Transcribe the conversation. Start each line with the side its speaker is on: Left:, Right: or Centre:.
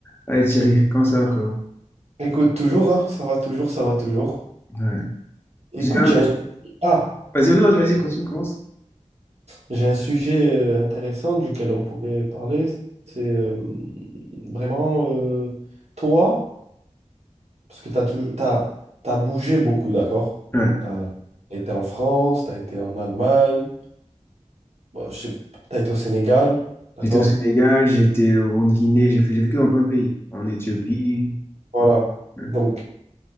Left: Allez Thierry, comment ça va frérot?
Right: Écoute, toujours, hein, ça va toujours, ça va toujours.
Left: Ouais.
Right: Écoute,
Left: J'ai un-
Right: j'ai un, su- ah,
Left: Vas-y, non, vas-y, continue, commence.
Right: j'ai un sujet euh, intéressant duquel on pourrait parler. C'est euh, vraiment euh, toi, parce que tu as, t'as, t'as bougé beaucoup, d'accord?
Left: Ouais.
Right: Tu as, été en France, tu as été en Allemagne, bon, je sais, tu as été au Sénégal, d'accord?
Left: J'étais au Sénégal, j'étais en Guinée, j'ai fait- j'ai vécu dans plein de pays. En Éthiopie.
Right: Voilà.
Left: Ouais.
Right: Donc,